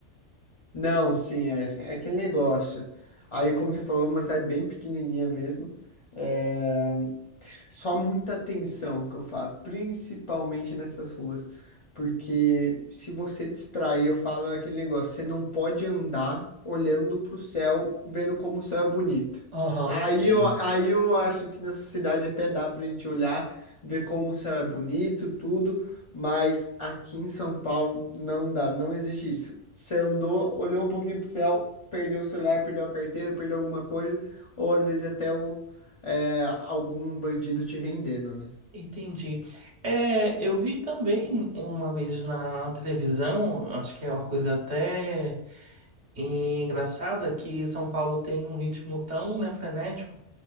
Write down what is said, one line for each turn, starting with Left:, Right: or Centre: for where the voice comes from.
Left: Não, sim, é, é aquele negócio. Aí, como você falou, é uma cidade bem pequenininha mesmo. É... Só muita atenção que eu falo, principalmente nessas ruas. Porque se você distrair, eu falo aquele negócio, você não pode andar olhando pro céu, vendo como o céu é bonito.
Right: Aham,
Left: Aí
Right: entendi.
Left: eu, aí eu acho que nessa cidade até dá pra gente olhar, ver como o céu é bonito, tudo. Mas aqui em São Paulo não dá, não existe isso. Você andou, olhou um pouquinho pro céu, perdeu o celular, perdeu a carteira, perdeu alguma coisa, ou às vezes até o, é, algum bandido te rendendo, né?
Right: Entendi. É, eu vi também uma vez na televisão, acho que é uma coisa até. E engraçado é que São Paulo tem um ritmo tão, né, frenético